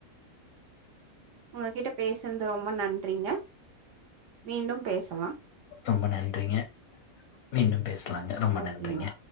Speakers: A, on the right; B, on the left.
A: உங்ககிட்ட பேசன்து ரொம்ப நன்றிங்க மீண்டும் பேசலா.
B: ரொம்ப நன்றிங்க மீண்டும் பேசலாங்க ரொம்ப
A: ஓகேங்க
B: நன்றிங்க.